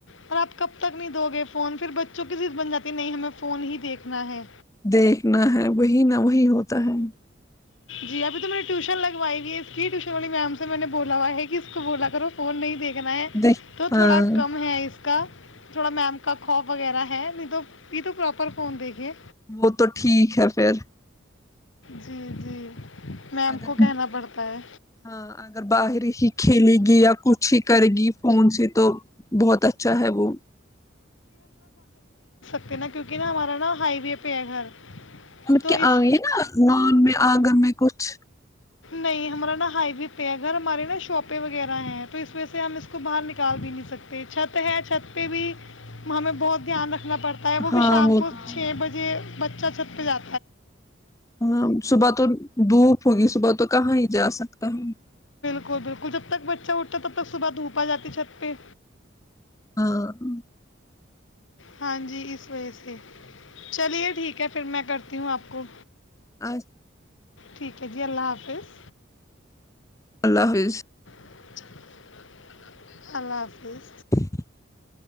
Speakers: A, on the left; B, on the left.
A: اور آپ کب تک نہیں دو گے فون پھر بچوں کسیز بن جاتی نہیں ہمیں فون ہی دیکھنا ہے
B: دیکھنا ہے وہی نہ وہی ہوتا ہے
A: جی ابھی تو میں نے ٹیوشن لگوائے گی اس کی ٹیوشن والی میم سے میں نے بولا ہوا ہے کہ اس کو بولا کر وہ فون نہیں دیکھ نا ہے
B: دیکھ
A: تو
B: ہاں
A: تھوڑا کم ہے اس <unintelligible> <unintelligible> ہاں نہیں تو یہ تو پراپر فون دیکھے
B: وہ تو ٹھیک ہے پھر
A: جی جی
B: <unintelligible>
A: میم کو کہنا پڑتا ہے پ نہا کیونکہ نہ ہمارا نا ہائی وے پہ ہے گھر
B: مطب
A: تو
B: کے
A: اس
B: آئی نا لان میں آگن میں کچھ
A: نہیں ہمارا نا ہائی و پہ ہے اھر ہمارے نا شاپیں وغیرہ ہیں تو اس وجہ سے ہم اس کو باہر نکال بھی نہیں سکتے چھت ہے چھت پہ بھی ہمیں بہت دھیان رکھنا پڑتا ہے وہ بھی
B: ہاں
A: شام کو
B: تو ہے
A: چھ بجے <unintelligible>
B: ہاں صبح تو دھوپ ہوگی صبح تو کہاں ہی جا سکتا ہے
A: بالک بالکل جب تک بچہ اٹھتا تب تک صبح دھوپ آ جاتی چھت پہ
B: <unintelligible>
A: ہاں جی اس وجہ سے چلیے ٹھیک ہے پھر میں کرتی ہوں آپ کو
B: <inaudible>
A: ٹھیک ہے جی اللہ حافظ
B: اللہ حافظ
A: <unintelligible>
B: <inaudible>